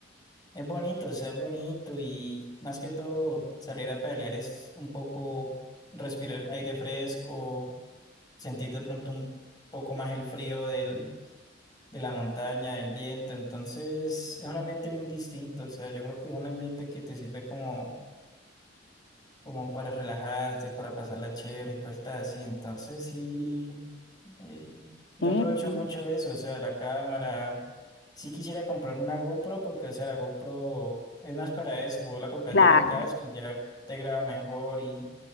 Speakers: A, on the left; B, on the left.
A: es bonito, o sea, es bonito y más que todo salir a pedalear es un poco respirar aire fresco, sentir de pronto un poco más el frío del de la montaña, del viento, entonces es un ambiente muy distinto, o sea, yo creo que es un ambiente que te sirve como, como para relajarte, para pasarla chévere y cosas así, entonces sí, eh, yo
B: Sí,
A: aprovecho
B: sí.
A: mucho eso, o sea, la cámara, sí quisiera comprarme una GoPro porque, o sea, la GoPro es más para eso, vos la colocas
B: Claro.
A: ya en el casco y ya te graba mejor y...